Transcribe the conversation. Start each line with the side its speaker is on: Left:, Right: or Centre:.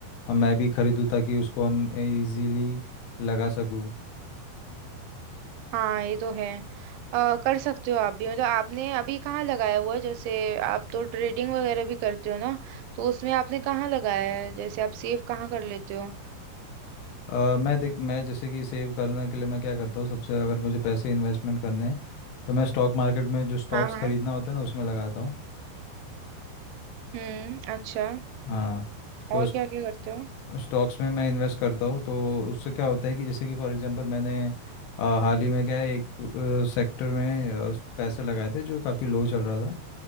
Left: हम मैं भी खरीदूँ ताकि उसको हम इजीली लगा सकूँ
Right: हाँ ये तो है अ, कर सकते हो आप भी मतलब आपने अभी कहाँ लगाया हुआ है जैसे आप तो ट्रेडिंग वगैरह भी करते हो ना तो उसमें आपने कहाँ लगाया है जैसे आप सेव कहाँ कर लेते हो
Left: अ, मैं देख मैं जैसे कि सेव करने के लिए मैं क्या करता हूँ सबसे अगर मुझे पैसे इन्वेस्टमेंट करने हैं तो मैं स्टॉक मार्केट में जो स्टॉक्स
Right: हाँ हाँ
Left: खरीदना होता है ना उसमें लगाता हूँ
Right: हम्म अच्छा
Left: हाँ तो
Right: और क्या क्या करते हो
Left: स्टॉक्स में मैं इन्वेस्ट करता हूँ तो उससे क्या होता है कि जैसे कि फॉर एग्जांपल मैंने आ, हाल ही में क्या है एक सेक्टर में आ, पैसे लगाए थे जो काफ़ी लो चल रहा था